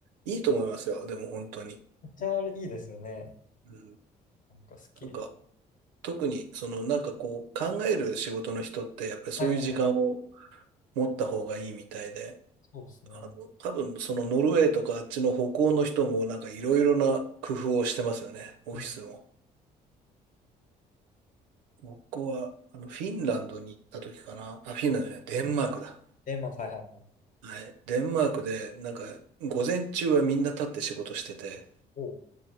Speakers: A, on the right; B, on the left.
A: いいと思いますよ。でも本当に。
B: めっちゃいいですよね。
A: うん、
B: なんかすっきり。
A: なんか、特に、その、なんかこう、考える仕事の人って、やっぱりそういう時間を
B: はいはいはい。
A: 持った方がいいみたいで、
B: そうですね。
A: あの、多分そのノルウェーとかあっちの北欧の人もなんかいろいろな工夫をしてますよね、オフィスも。
B: うん
A: 僕はあのフィンランドに行った時かな。あ、フィンランドじゃない、デンマークだ。
B: レモン、はいはいはい。
A: はい。デンマークでなんか午前中はみんな立って仕事してて、
B: おう